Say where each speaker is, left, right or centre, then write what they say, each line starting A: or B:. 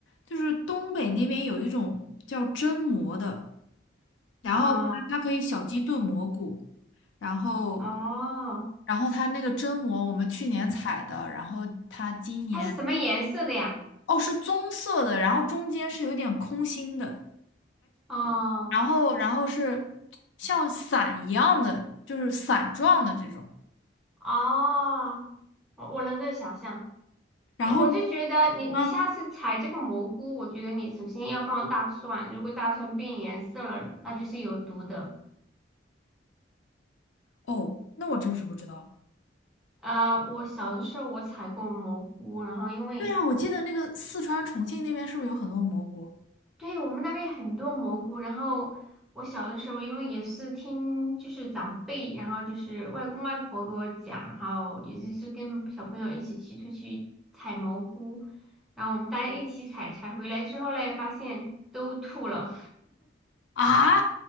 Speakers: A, on the left (about 75°); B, in the centre.
A: 就是东北那边有一种叫榛蘑的，然后它它可以小鸡炖蘑菇，
B: 啊、
A: 然后
B: 哦，
A: 然后它那个榛蘑我们去年采的，然后它今年
B: 它是什么颜色的呀？
A: 哦是棕色的，然后中间是有点空心的，
B: 哦，
A: 然后然后是像伞一样的，就是伞状的这种。
B: 哦，我我能够想象。哎，
A: 然后
B: 我就觉得你你下次采这个蘑菇，
A: 啊，
B: 我觉得你首先要放大蒜，如果大蒜变颜色了，那就是有毒的。
A: 哦，那我真是不知道。
B: 啊，我小的时候我采过蘑菇，然后因为
A: 对啊，我记得那个四川、重庆那边是不是有很多蘑菇？
B: 对，我们那边很多蘑菇，然后我小的时候，因为也是听就是长辈，然后就是外公外婆给我讲，然后也就是跟小朋友一起去出去采蘑菇，然后我们大家一起采，采回来之后嘞，发现都吐了。
A: 啊，